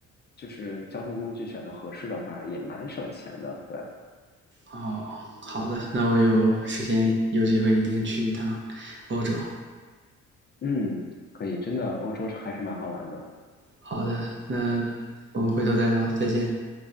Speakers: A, on the left; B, on the right.
A: 就是交通工具选的合适的话，也蛮省钱的，对。
B: 哦，好的，那我有时间有机会一定去一趟欧洲。
A: 嗯，可以，真的，欧洲还是蛮好玩的。
B: 好的，那我们回头再聊，再见。